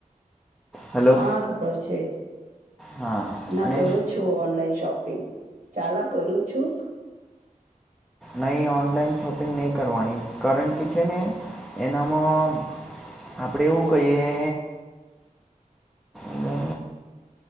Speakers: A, in the centre; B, on the right.
A: હેલો
B: હા ખબર છે.
A: હા
B: ના
A: અને
B: કરું છું, ઓનલાઈન શોપ પિંગ ચાલા કરું છું.
A: નહીં ઓનલાઈન શોપિંગ નહીં કરવાની કારણ કે છે ને એનામાં આપડે એવું કહીએ અને